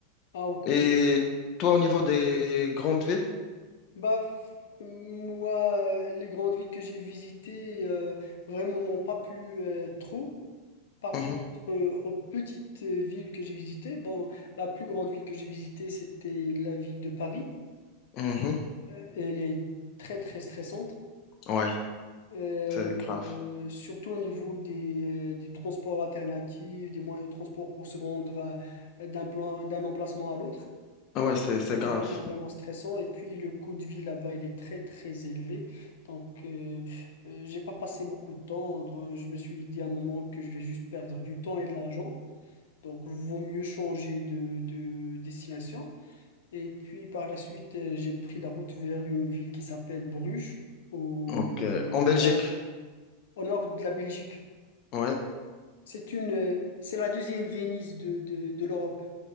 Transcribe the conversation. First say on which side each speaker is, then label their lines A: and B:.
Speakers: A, on the left; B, on the left.
A: Ah ok.
B: Et toi, au niveau des grandes villes?
A: Bah, f- moi, euh, les grandes villes que j'ai visitées, euh, vraiment, m'ont pas plu euh, trop. Par
B: Mhm,
A: contre, euh, aux petites euh, villes que j'ai visitées, bon, la plus grande ville que j'ai visitée, c'était la ville de Paris.
B: mhm,
A: Euh, elle est très très stressante,
B: ouais,
A: Euh,
B: c'est grave.
A: euh, surtout au niveau des, euh, des transports alternatifs, des moyens de transport pour se rendre à- euh, d'un plan, d'un emplacement à l'autre.
B: ah Ouais, c'est c'est
A: C'est vraiment
B: grave.
A: vraiment stressant. Et puis le coût de vie là-bas, il est très très élevé. Donc, euh, euh, j'ai pas passé beaucoup de temps. Donc, je me suis dit à un moment que je vais juste perdre du temps et de l'argent. Donc, vaut mieux changer de, de destination. Et puis, par la suite, euh, j'ai pris la route vers une ville qui s'appelle Bruges, au
B: Ok. En
A: nord,
B: Belgique.
A: au nord de la Belgique.
B: Ouais.
A: C'est une, euh, c'est la deuxième Venise de, de, de l'Europe.